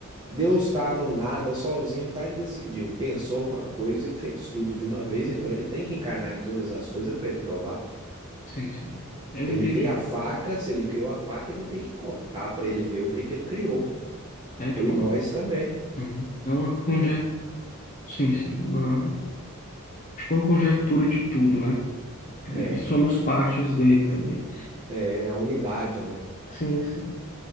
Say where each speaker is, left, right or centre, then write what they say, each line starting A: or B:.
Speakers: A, on the right (about 20°); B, on the left (about 35°).
A: Deus
B: Sim.
A: está no nada sozinho, tá? Ele decidiu, pensou alguma coisa e fez tudo de uma vez. Então ele tem que encarnar em todas as coisas para ele provar.
B: Sim, sim. Eu
A: Ele
B: entendi.
A: cria a faca, se ele criou a faca, ele tem que cortar para ele ver o que que ele criou.
B: É tipo.
A: Ou em nós também,
B: uhum. É uma conjectura.
A: né?
B: Sim, sim. Uma, tipo uma conjectura de tudo, né?
A: É,
B: E somos partes dele também.
A: é a unidade, né?
B: Sim, sim.